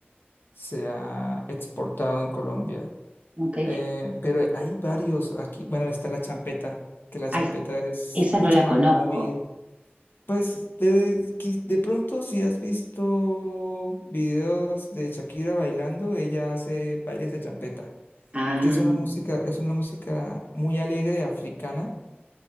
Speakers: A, on the left (about 60°); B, on the right (about 30°).
A: se ha exportado en Colombia.
B: ok.
A: Eh, pero hay varios aquí. Bueno, está la champeta, que la champeta
B: Ah,
A: es
B: esa
A: mucho
B: no la
A: más
B: conozco.
A: movida. Pues de, qui- de pronto si has visto videos de Shakira bailando, ella hace bailes de champeta,
B: Ah,
A: que es una música, es una música muy alegre africana